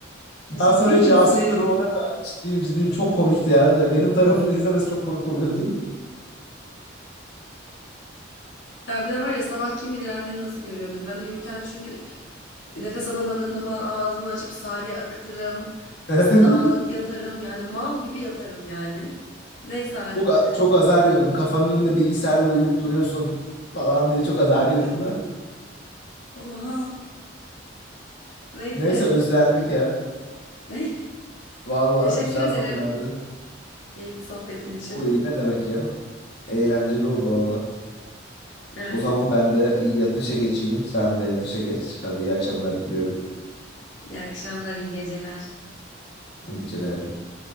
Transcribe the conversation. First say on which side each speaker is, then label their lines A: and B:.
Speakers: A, on the left; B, on the left.
A: ben
B: Ciddi
A: sonra hiç
B: misin?
A: yansıtmadım onları da ciddiyim ciddiyim çok komikti ya. Ve benim tarafımda izlemesi çok komik oluyordu.
B: Ya bir de var ya sabah kim bilir annen nasıl görüyordur. Ben uyurken çünkü Nefes alamadığımda falan ağzımı açıp salya akıtırım.
A: <laughs>
B: Dağınık yatarım yani mal gibi yatarım yani. Neyse artık.
A: Çok a- çok azar yiyordum. Kafanın önünde bilgisayarla uyuyup duruyorsun falan diye çok azar yiyordum
B: <laughs>
A: ben.
B: Oha.
A: <laughs>
B: Neyse.
A: Neyse özlendik ya.
B: <laughs>
A: Valla
B: Teşekkür
A: güzel
B: ederim
A: zamanlardı.
B: keyifli sohbetin için.
A: Oy ne demek ya? Eğlenceli oldu valla.
B: Evet.
A: O zaman ben de yatışa geçeyim. Sen de yatışa geç. Hadi iyi akşamlar diliyorum.
B: İyi akşamlar, iyi geceler.
A: İyi geceler.